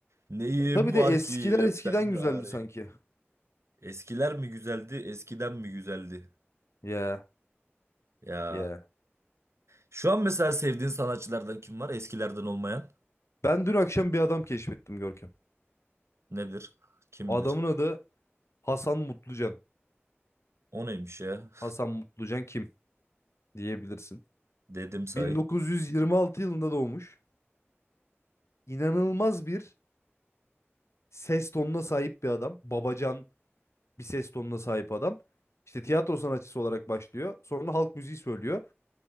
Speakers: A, on the right; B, on the left.
A: Neyim
B: Tabii de
A: var
B: eskiler
A: ki rapten
B: eskiden
A: gari.
B: güzeldi sanki.
A: Eskiler mi güzeldi, eskiden mi güzeldi?
B: Ya
A: Ya.
B: ya.
A: Şu an mesela sevdiğin sanatçılardan kim var? Eskilerden olmayan.
B: Ben dün akşam bir adam keşfettim Görkem.
A: Nedir? Kimdir?
B: Adamın adı Hasan Mutlucan.
A: O neymiş ya?
B: Hasan Mutlucan kim diyebilirsin.
A: Dedim say.
B: 1926 yılında doğmuş. İnanılmaz bir ses tonuna sahip bir adam. Babacan bir ses tonuna sahip adam. İşte tiyatro sanatçısı olarak başlıyor. Sonra halk müziği söylüyor